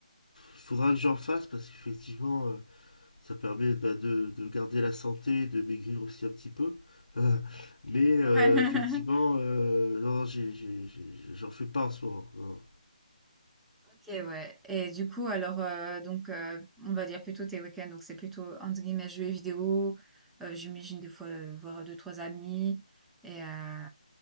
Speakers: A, on the left; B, in the centre.
A: Il faudra que j'en fasse parce qu'effectivement, euh, ça permet bah, de, de garder la santé, de maigrir aussi un petit peu. <laughs> Mais euh,
B: <laughs>
A: effectivement, euh, non, non, j'ai- j'ai- j'ai- j'en fais pas en ce moment. non.
B: Ok, ouais. Et du coup, alors, euh, donc, euh, on va dire plutôt tes week-ends. Donc, c'est plutôt, entre guillemets, jeux vidéo. euh, j'imagine des fois euh, voir deux, trois amis. Et, euh,